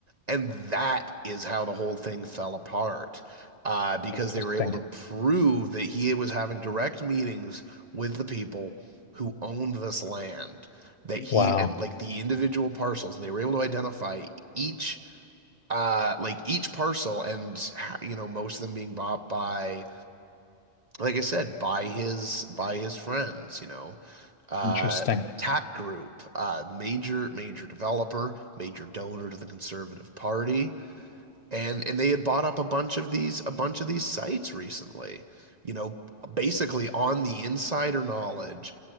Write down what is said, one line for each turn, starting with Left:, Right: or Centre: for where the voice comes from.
Right: and that is how the whole thing fell apart. Uh, because
Left: Interesting.
Right: they were able to prove that he was having direct meetings with the people who owned this land, that he
Left: Wow.
Right: and like the individual parcels, and they were able to identify each uh like each parcel and you know most of them being bought by like I said by his by his friends you know uh
Left: Interesting.
Right: TAC Group uh major major developer major donor to the Conservative Party and and they had bought up a bunch of these a bunch of these sites recently you know basically on the insider knowledge